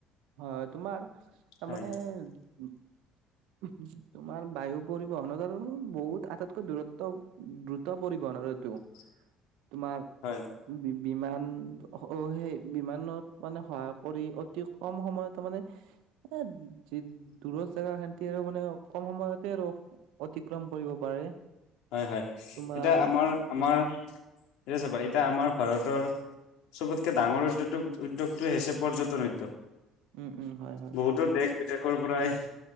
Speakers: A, on the right (about 75°); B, on the left (about 75°).
A: হয় তোমাৰ তাৰ
B: হয়
A: মানে তোমাৰ বায়ু পৰিবহনত আৰু বহুত আটাইতকৈ দূৰত্ব দ্ৰুত পৰিবহন আৰুটো
B: <inaudible>
A: তোমাৰ
B: হয়
A: বিমান অ সেই বিমানত মানে সহায় কৰি অতি কম সময়ত মানে এ যি দূৰৰ জেগা খান্তি আৰু মানে কম সময়তে আৰু অতিক্ৰম কৰিব পাৰে
B: হয় হয়
A: তোমাৰ
B: এতিয়া আমাৰ আমাৰ এতিয়া চাবা এতিয়া আমাৰ ভাৰতৰ চবতকে ডাঙৰ উ্যদোগ উদ্যোগটোৱে হৈছে পৰ্যটন উদ্যোগ
A: উম উম হয় হয়
B: বহুতো দেশ বিদেশৰ পৰাই